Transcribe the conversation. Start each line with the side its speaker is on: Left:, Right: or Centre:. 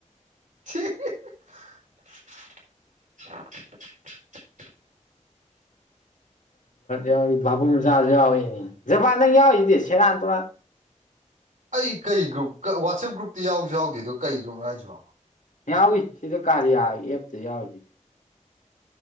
Right: <unintelligible>
Left: ꯌꯥꯎꯔꯤ ꯚꯥꯕꯨꯡ ꯃꯆꯥꯁꯨ ꯌꯥꯎꯋꯅꯦ ꯖꯄꯥꯟꯗꯪ ꯌꯥꯎꯏꯁꯤꯗꯤ ꯁꯦꯔꯥꯟ ꯇꯨꯔꯥꯟ
Right: ꯑꯩ ꯀꯩ ꯒ꯭ꯔꯨꯞ ꯋꯥꯆꯦꯞ ꯒ꯭ꯔꯨꯞꯇ ꯌꯥꯎꯁꯨ ꯌꯥꯎꯗꯦꯗꯣ ꯀꯩ ꯒ꯭ꯔꯨꯞꯅ ꯍꯥꯏꯥꯏꯁꯤꯕꯣ
Left: ꯥꯎ ꯁꯤꯗ ꯀꯥꯔꯤ ꯑꯦ ꯊꯖꯁꯤ